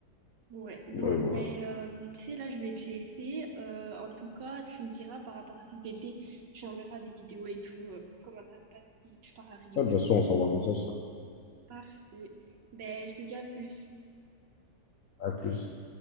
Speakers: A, on the right (about 80°); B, on the left (about 60°).
A: Ouais, bon,
B: Ouais, voilà.
A: ben, euh, tu sais, là, je vais te laisser. Euh, en tout cas, tu me diras par rapport à cet été, tu enverras des vidéos et tout, euh, comment ça se passe si tu pars à Rio,
B: Ouais, bien
A: du
B: sûr,
A: coup.
B: on s'envoie un message.
A: Parfait. Ben, je te dis à plus.
B: À plus.